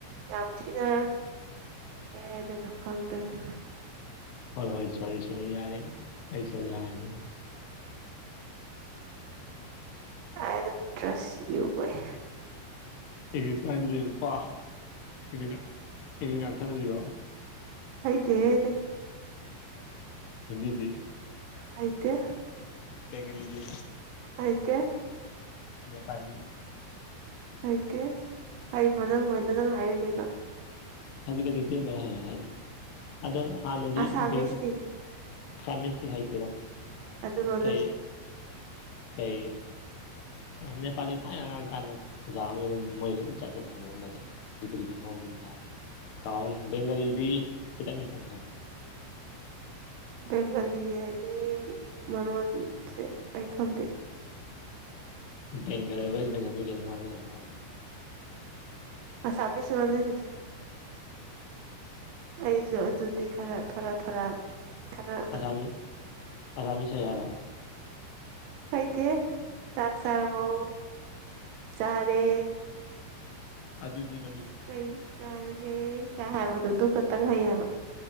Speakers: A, on the right; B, on the left.
A: ꯌꯥꯝ ꯊꯤꯅ ꯑꯦꯗ ꯅꯣ ꯈꯪ꯭ꯔꯦꯗ
B: ꯍꯣꯏ ꯍꯣꯏ ꯁꯣꯔꯤ ꯁꯣꯔꯤ ꯌꯥꯔꯦ ꯑꯩ ꯁꯣ ꯌꯥꯔꯦ
A: ꯑꯥꯏꯔꯟ ꯇ꯭ꯔꯁ ꯌꯨ ꯑꯦ
B: ꯏꯪꯂꯤꯁꯀꯥꯟꯁꯤ ꯂꯩ ꯄ ꯏꯪꯂꯤꯁ ꯏꯪꯂꯤꯁꯀꯥꯟ ꯊꯠꯅꯕꯤꯔꯣ
A: ꯑꯥꯏꯗꯤꯦ
B: ꯍꯤꯟꯗꯤ
A: ꯑꯥꯏꯇ
B: ꯕꯦꯡꯜꯨꯗꯤ
A: ꯑꯀꯦ
B: ꯅꯦꯄꯥꯂꯤ
A: ꯍꯩꯇꯦ ꯍꯩꯕ꯭ꯔꯣ ꯅꯪ ꯂꯣꯏꯅ ꯅꯪ ꯍꯥꯏꯔꯤꯈꯩꯗꯣ
B: ꯈꯖꯤꯛ ꯈꯖꯤꯛꯇꯤ ꯂꯣꯏ ꯍꯩꯌꯦ ꯍꯥꯏꯗꯤ ꯑꯗꯣ ꯍꯥꯟꯅꯗꯤ
A: ꯑꯁꯥꯃꯤꯁꯇꯤ
B: ꯕꯦꯡ ꯀꯃꯤꯇ ꯍꯥꯏꯇꯔ
A: ꯑꯗꯨ ꯂꯣꯟꯅꯁꯦ
B: ꯀꯩ ꯀꯩ ꯅꯦꯄꯥꯜꯗ ꯊꯥꯏꯅ ꯉꯥꯡꯉ ꯀꯥꯟꯗ ꯑꯣꯖꯥ ꯑꯃ ꯑꯗꯨꯝ ꯃꯣꯏ ꯑꯗꯨꯝ ꯆꯠꯂ ꯁꯥꯟꯅꯔꯝꯕ ꯑꯗꯨ ꯈꯖꯤꯛ ꯈꯖꯤꯛ ꯈꯪꯍꯧꯕꯅꯤꯅ ꯀꯥꯎꯔꯦ ꯕꯦꯡꯒꯥꯂꯤꯗꯤ ꯈꯤꯇꯪ ꯈꯤꯇꯪ ꯈꯪꯉꯦ
A: ꯕꯦꯡꯒꯥꯂꯤ ꯍꯥꯏꯗꯤ ꯃꯔꯣꯟꯁꯦ ꯑꯩ ꯈꯪꯗꯦ
B: ꯕꯦꯡꯒꯔ ꯋꯦꯁ ꯕꯦꯡꯒꯜ ꯃꯤ ꯀꯩꯅ ꯉꯥꯡꯅꯕꯗ ꯍꯥꯏꯔꯗꯤ
A: ꯑꯁꯝꯁꯨ ꯋꯥꯥꯟꯅꯁꯤ ꯑꯩꯁꯨ ꯑꯗꯨꯗꯤ ꯈꯔ ꯊꯣꯔꯥ ꯊꯣꯔꯥꯟ ꯈꯔ
B: ꯑꯁꯥꯃꯤꯁ ꯑꯁꯥꯃꯤꯁ ꯍꯥꯏ ꯍꯥꯏꯔꯣ
A: ꯀꯩꯗꯦ ꯆꯥꯛ ꯆꯔꯕꯧ ꯆꯔꯦ
B: ꯑꯗꯨꯗꯤ ꯃ
A: ꯀꯩ ꯆꯥꯔꯒꯦ ꯀ ꯍꯥꯏꯕꯗꯨꯗꯨ ꯈꯛꯇꯪ ꯍꯩꯌꯦꯕ